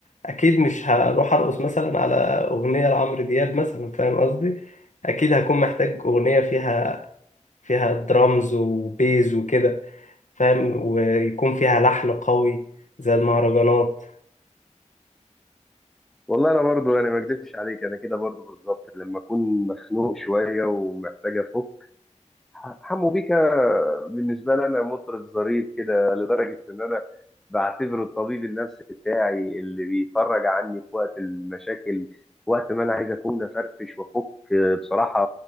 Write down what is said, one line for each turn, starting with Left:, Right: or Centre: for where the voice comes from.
Left: أكيد مش هروح أرقص مثلا على أغنية لعمرو دياب مثلا فاهم قصدي أكيد هكون محتاج أغنية فيها فيها درامز وبيز وكده فاهم ويكون فيها لحن قوي زي المهرجانات
Centre: والله انا برضو يعني ما اكدبش عليك انا كده برضو بالظبط لما اكون مخنوق شويه ومحتاج افك ح- حمو بيكا بالنسبة لي أنا مطرب ظريف كده لدرجة إن أنا بعتبره الطبيب النفسي بتاعي اللي بيفرج عني في وقت المشاكل وقت ما أنا عايز أكون أفرفش وأفك بصراحة